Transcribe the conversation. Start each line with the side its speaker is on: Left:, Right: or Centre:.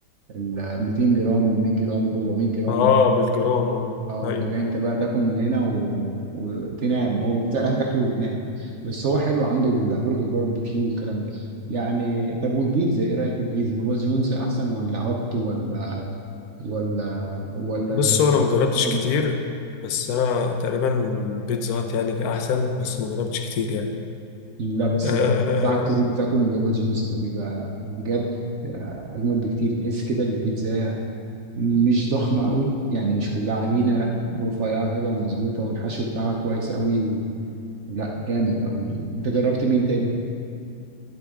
Right: ال 200 جرام وال 100 جرام و 400 جرام
Left: اه بالجرام اه
Right: اه
Left: ايوه
Right: فاللي انت بقى تاكل من هنا و... وتنام هو فعلا تاكله وتنام بس هو حلو عنده البرجر باربيكيو والكلام ده يعني طب والبيتزا ايه رايك في البيتزا بابا جونز احسن ولا هوت ولا ولا ولا
Left: بص هو انا مجربتش
Right: روما
Left: كتير بس انا تقريبا بيتزا هات يعني احسن بس مجربتش كتير يعني
Right: لا بس
Left: آه
Right: يعني انصحك تقول تاكل من بابا جونز ده بيبقى بجد اجمل بكتير تحس كده البيتزا مش ضخمه قوي يعني مش كلها عجينه لا رفيعه كده ومظبوطه والحشو بتاعها كويس قوي لا جامد قوي انت جربت مين تاني